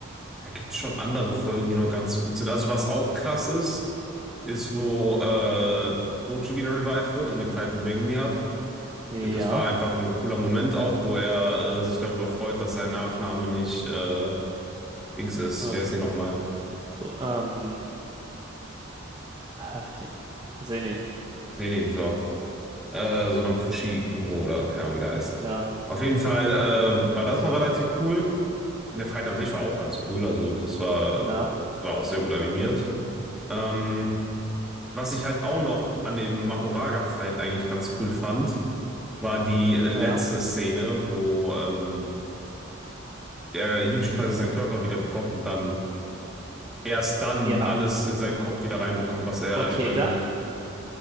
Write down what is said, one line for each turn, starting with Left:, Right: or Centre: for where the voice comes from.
Centre: da gibt es schon andere Folgen, die noch ganz gut sind. Also was auch krass ist, ist, wo äh, Boji wieder revived wird und den Fight mit Megumi hat. Ich
Right: Ja,
Centre: finde, das war einfach ein cooler Moment auch, wo er äh, sich darüber freut, dass sein Nachname nicht äh, Dings ist.
Right: äh,
Centre: Wie heißt die nochmal?
Right: to, ähm, äh, was jetzt? Senin.
Centre: Senin, so. Äh, sondern Fushiguro oder keine Ahnung, wie der heißt.
Right: Ja,
Centre: Auf jeden Fall äh, war das noch relativ cool. Der Fight an sich war auch ganz cool. Also, das war,
Right: ja,
Centre: war auch sehr gut animiert. Ähm, was ich halt auch noch an dem Mahoraga-Fight eigentlich ganz cool fand, war die letzte
Right: ja.
Centre: Szene, wo ähm, der Yuji quasi seinen Körper wieder bekommt und dann erst dann
Right: Ja,
Centre: alles in seinen Kopf wieder reinbekommt, was er
Right: okay,
Centre: über
Right: da,
Centre: den,